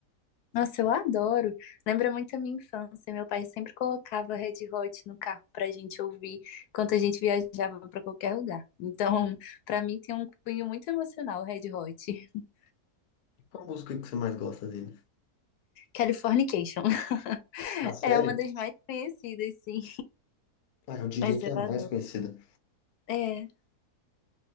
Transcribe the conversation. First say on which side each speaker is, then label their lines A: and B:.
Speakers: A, on the left; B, on the left.
A: Nossa, eu adoro. Lembra muito a minha infância. Meu pai sempre colocava Red Hot no carro pra gente ouvir enquanto a gente viajava pra qualquer lugar. Então, <laughs> pra mim tem um cunho muito emocional, Red Hot. <laughs>
B: E Qual música que você mais gosta dele?
A: Californication. <laughs>
B: A série?
A: É uma das mais conhecidas, sim.
B: Ah, eu diria
A: Mas
B: que
A: eu
B: é a
A: adoro.
B: mais conhecida.
A: É,